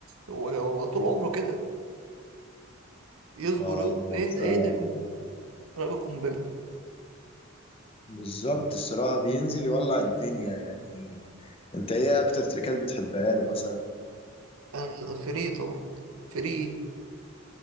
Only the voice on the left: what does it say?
اه
هو
الصراحة-
بالظبط الصراحة بينزل يولع الدنيا يعني انت ايه اكتر تريكات بتحبها له مثلا